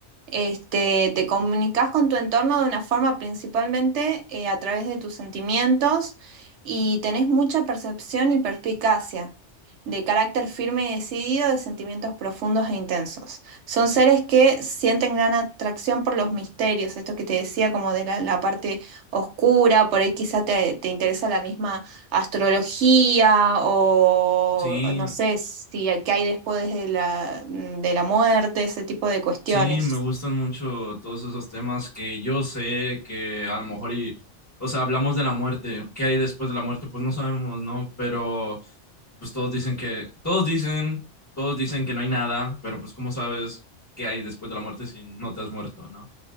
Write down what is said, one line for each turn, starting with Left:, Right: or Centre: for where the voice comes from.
Right: Este, te comunicas con tu entorno de una forma principalmente eh, a través de tus sentimientos y tenés mucha percepción y perspicacia, de carácter firme y decidido, de sentimientos profundos e intensos. Son seres que sienten gran atracción por los misterios, esto que te decía como de la, la parte oscura, por ahí quizá te, te interesa la misma astrología o
Left: Sí,
Right: no sé si qué hay después de la, de la muerte, ese tipo de cuestiones.
Left: sí, me gustan mucho todos esos temas que yo sé que a lo mejor y, o sea, hablamos de la muerte, ¿qué hay después de la muerte? Pues no sabemos, ¿no? Pero pues todos dicen que, todos dicen, todos dicen que no hay nada, pero pues cómo sabes qué hay después de la muerte si no te has muerto, ¿no?